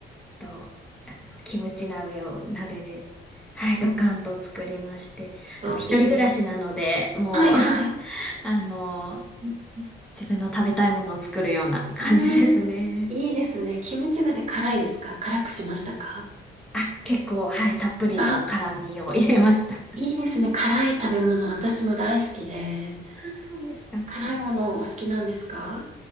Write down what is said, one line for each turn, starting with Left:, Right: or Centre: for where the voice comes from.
Centre: と、あの、キムチ鍋を鍋で、はい、ドカンと作りまして、
Right: と、
Centre: あの、一人暮らしなので、
Right: いいです。
Centre: もう
Right: はい、はい。
Centre: <laughs> あの、
Right: う
Centre: 自分の食べたいものを作るような感じですね。
Right: ーん、いいですね。キムチ鍋辛いですか辛くしましたか
Centre: あ、結構、はい、たっぷりと辛味を入れました。
Right: あ、
Centre: <laughs> あ、
Right: いいですね。辛い食べ物、私も大好きで。
Centre: そうですか。
Right: 辛いものお好きなんですか